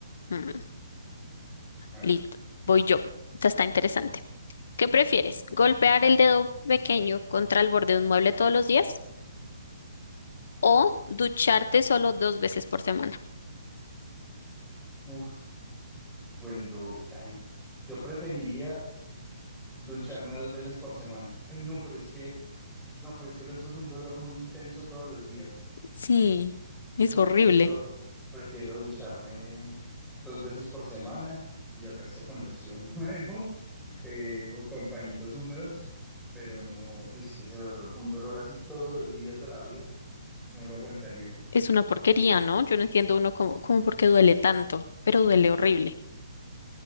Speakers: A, on the left (about 50°); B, in the centre.
A: Mm,
B: A
A: listo, voy yo. Esta está interesante. ¿Qué prefieres? ¿Golpear el dedo pequeño contra el borde de un mueble todos los días o ducharte solo dos veces por semana?
B: Uf, bueno, yo, ay, yo preferiría ducharme dos veces por semana. Ay, no, pero es que, no, pero es que el otro es un dolor muy intenso todos los días.
A: Sí, es
B: No,
A: horrible.
B: prefiero, prefiero ducharme dos veces por semana y el resto con loción <laughs> o algo, eh, o con pañitos húmedos, pero no, uy, es que ese dolor, un dolor así todos los días de la vida, no lo aguantaría.
A: Es una porquería, ¿no? Yo no entiendo uno cómo, cómo por qué duele tanto, pero duele horrible.